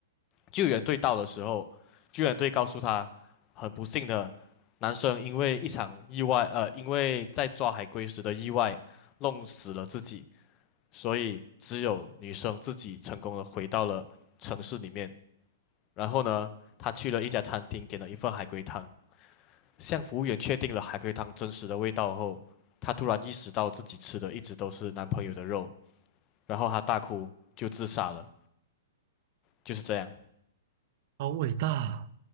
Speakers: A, on the left; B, on the right.
A: 救援队到的时候，救援队告诉他，很不幸的，男生因为一场意外，呃，因为在抓海龟时的意外，弄死了自己。所以只有女生自己成功的回到了城市里面。然后呢，她去了一家餐厅，点了一份海龟汤。向服务员确定了海龟汤真实的味道后，她突然意识到自己吃的一直都是男朋友的肉，然后她大哭，就自杀了。就是这样。
B: 好伟大啊